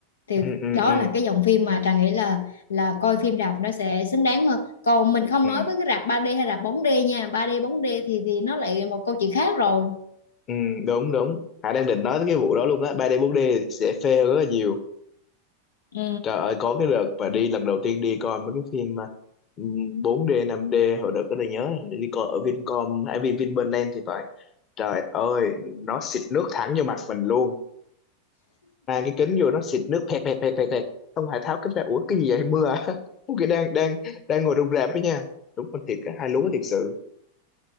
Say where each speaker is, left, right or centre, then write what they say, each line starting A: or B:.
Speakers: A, on the left (about 70°); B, on the left (about 30°).
A: thì
B: Ừ ừ
A: đó
B: ừ.
A: là cái dòng phim mà Trà nghĩ là là coi phim rạp nó sẽ xứng đáng hơn còn mình không
B: ừ.
A: nói với cái rạp ba d hay rạp bốn d nha ba d bốn d thì thì nó lại một câu chuyện khác rồi
B: Ừ, đúng đúng Hải đang định nói tới cái vụ đó luôn á ba d bốn d sẽ fail rất là nhiều
A: ừ.
B: Trời ơi có cái đợt mà đi lần đầu tiên đi coi mấy cái phim mà, ừm, 4D năm d hồi đợt đó tôi nhớ là hình như đi coi ở Vincom hay Vin Vinpearl thì phải trời ơi nó xịt nước thẳng vô mặt mình luôn mang cái kính vô nó xịt nước pẹt pẹt pẹt pẹt pẹt xong Hải tháo kính ra ủa cái gì vậy mưa à <laughs> Ủa, cái đang đang đang ngồi trong rạp đó nha đúng con thiệt cái hai lúa thiệt sự